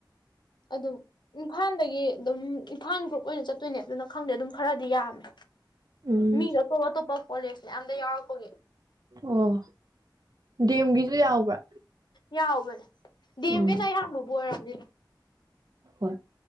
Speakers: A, on the left; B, on the right.
A: ꯑꯗꯨꯝ ꯏꯝꯐꯥꯜꯗꯒꯤ ꯑꯗꯨꯝ ꯏꯝꯐꯥꯜ ꯒ꯭ꯔꯨꯞ ꯑꯣꯏꯅ ꯆꯠꯇꯣꯏꯅꯦ ꯑꯗꯨꯅ ꯈꯪꯗꯦ ꯑꯗꯨꯝ ꯈꯔꯗꯤ ꯌꯥꯝꯃꯦ
B: ꯎꯝ
A: ꯃꯤꯗꯣ ꯑꯇꯣꯞ ꯑꯇꯣꯞꯄ ꯀꯣꯂꯦꯖ ꯌꯥꯝꯗ ꯌꯥꯎꯔꯛꯄꯒꯤ
B: ꯑꯣ ꯗꯤ ꯑꯦꯝꯒꯤꯁꯨ ꯌꯥꯎꯕ꯭ꯔꯥ
A: ꯌꯥꯎꯕꯅꯦ ꯗꯦꯝꯒꯤ
B: ꯎꯝ
A: ꯅ ꯑꯌꯥꯝꯕꯕꯨ ꯑꯣꯏꯔꯝꯅꯤꯗ
B: ꯍꯣꯏ